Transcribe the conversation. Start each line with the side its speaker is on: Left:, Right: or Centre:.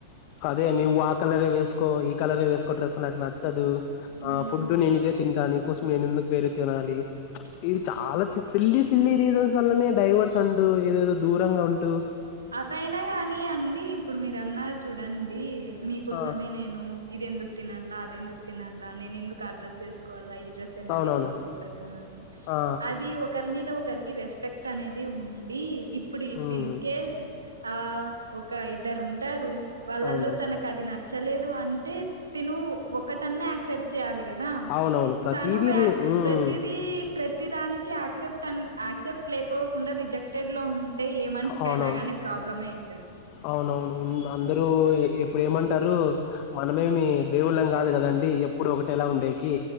Left: అదే నువ్వు ఆ కలరే వేసుకో ఈ కలరే వేసుకో డ్రెస్ నాకు నచ్చదు. ఆ
Right: మ్మ్
Left: ఫుడ్ నేను ఇదే తింటా అని కోసం నేందుకు వేరే తినాలి ఇవి చాలా సిల్లీ సిల్లీ రీజన్స్ వల్లనే డైవర్స్ అంటూ ఏదేదో దూరంగా ఉంటు
Right: అవైనా కాని అండి ఇప్పుడు మీరున్నారు చూడండి మీకోసమే
Left: ఆ
Right: నేను ఇదెందుకు తినాలా అదెందుకు తినా ల నేను ఎందు అడ్రెస్ వేసుకోవాలా ఈ డ్రెస్ ఎందుకు
Left: అవునవును
Right: వేసుకోకూడదు అని
Left: ఆ
Right: అది ఒక ఒకరి మీద ఒకరికి రెస్పెక్ట్ అనేది ఉండి ఇప్పుడు ఇఫిన్
Left: ఉమ్
Right: ఆ ఒ క ఇద్దరు ఉంటారు వాళ్ళలో
Left: అవును
Right: తనకు అది నచ్చలేదు అంటే తిను ఒకటన్నా యాక్సెప్ట్ చేయాలి కదా
Left: అవునవును ప్రతిదీ
Right: తను యా
Left: రి ఉమ్
Right: ప్రతిదీ ప్రతి దానికి యాక్సెప్ట్ అని యాక్సెప్ట్ లేకోకుండా రిజెక్టెడ్ లో ఉంటే ఏమ
Left: అవునవును
Right: కైనా కానీ ప్రాబ్లమే అయి
Left: అవునవును అందరూ ఇప్పుడు ఏమం టరు మనమేమి దేవుళ్ళం కాదు క దండి ఎప్పుడు ఒకటేలా ఉండేకి